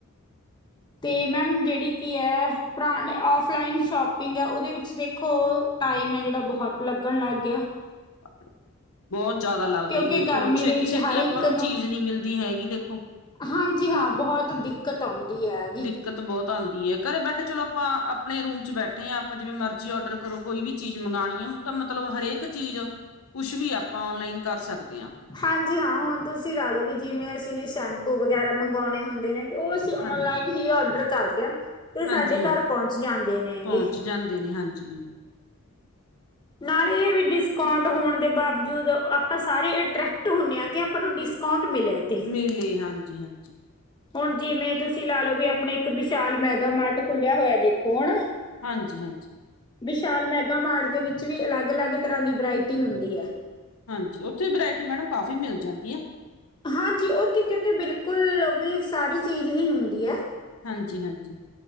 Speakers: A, on the left; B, on the left.
A: ਤੇ ਮੈਮ ਜੇੜੀ ਕੀ ਏ ਪੁਰਾਣੇ ਔਫਲਾਈਨ ਸ਼ੋਪਿੰਗ ਏ ਉਦੇ ਵਿੱਚ ਵੇਖੋ ਟਾਈਮ ਏ ਜੇੜਾ ਬਹੁਤ ਲੱਗਣ ਲੱਗ ਗਿਆ
B: ਹਾਂ <unintelligible> ਬੋਤ ਜ਼ਾਦਾ ਲੱਗਦਾ
A: ਕਿਉਂਕਿ
B: ਈ ਦੇਖੋ
A: ਗਰਮੀ
B: ਛੇਤੀ
A: ਦੇ ਵਿੱਚ
B: ਛੇਤੀ
A: ਹਰ
B: ਆਪਾਂ
A: ਇੱਕ
B: ਨੂੰ ਚੀਜ਼ ਨੀ ਮਿਲਦੀ ਹੈਗੀ ਦੇਖੋ
A: ਹਾਂਜੀ ਹਾਂ ਬਹੋਤ ਦਿੱਕਤ ਆਉਂਦੀ ਐ।
B: ਦਿੱਕਤ ਬੋਤ ਆਂਦੀ ਐ ਘਰੇ ਬੈਠੇ ਚਲੋ ਆਪਾਂ ਅਪਨੇ ਰੂਮ ਚ ਬੈਠੇ ਆ ਆਪਾਂ ਜਿਵੇਂ ਮਰਜੀ ਆਰਡਰ ਕਰੋ ਕੋਈ ਵੀ ਚੀਜ਼ ਮੰਗਾਣੀ ਆ ਹੁਨ ਤਾਂ ਮਤਲਬ ਹਰੇਕ ਚੀਜ਼ ਕੁਛ ਵੀ ਆਪਾਂ ਔਨਲਾਈਨ ਕਰ ਸਕਦੇ ਆ।
A: ਹਾਂਜੀ ਹਾਂ ਹੁਣ ਤੁਸੀਂ ਲਾ ਲੋ ਵੀ ਜਿਵੇਂ ਅਸੀਂ ਨੇ ਸ਼ੈਂਪੂ ਵਗੈਰਾ ਮੰਗਾਉਣੇ ਹੁੰਦੇ ਨੇ ਓਸ ਜੀ
B: ਹਾਂ
A: ਓਨਲਾਈਨ ਹੀ ਔਡਰ ਕਰਦੇ ਆ ਤੇ ਸਾਡੇ
B: ਹਾਂਜੀ ਹਾਂਜੀ
A: ਘਰ ਪਹੁੰਚ ਜਾਂਦੇ ਨੇ
B: ਪਹੁੰਚ
A: ਹੈਗੇ
B: ਜਾਂਦੇ ਨੇ ਹਾਂਜੀ
A: ਨਾਲ ਹੀ ਇਹ ਵੀ ਡਿਸਕਾਟ ਹੋਣ ਦੇ ਬਾਵਜੂਦ ਆਪਾਂ ਸਾਰੇ ਅਟਰੈਕਟ ਹੁੰਨੇ ਆ ਕਿ ਆਪਾਂ ਨੂੰ ਡਿਸਕਾਊਂਟ ਮਿਲੇ ਤੇ
B: ਤੇ ਲੇ ਹਾਂਜੀ, ਹਾਂਜੀ
A: ਹੁਣ ਜਿਮੇ ਤੁਸੀਂ ਲਾ ਲੋ ਵੀ ਆਪਣੇ ਇੱਕ ਵਿਸ਼ਾਲ ਮੈਗਾ ਮਾਰਟ ਖੁਲਿਆ ਹੋਇਆ ਦੇਖੋ ਹਨਾ
B: ਹਾਂਜੀ, ਹਾਂਜੀ
A: ਵਿਸ਼ਾਲ ਮੈਗਾ ਮਾਰਟ ਦੇ ਵਿੱਚ ਵੀ ਅਲੱਗ ਅਲੱਗ ਤਰ੍ਹਾਂ ਦੀ ਬਿਰਾਇਟੀ ਹੁੰਦੀ ਏ।
B: ਹਾਂਜੀ ਉੱਥੇ ਵੇਰਾਇਟੀ ਮੈਡਮ ਕਾਫ਼ੀ ਮਿਲ ਜਾਂਦੀ ਏ
A: ਹਾਂਜੀ ਉਥੇ ਕਿਉਂਕਿ ਬਿਲਕੁਲ ਵੀ ਸਾਰੀ ਚੀਜ਼ ਹੀ ਹੁੰਦੀ ਐ
B: ਹਾਂਜੀ, ਹਾਂਜੀ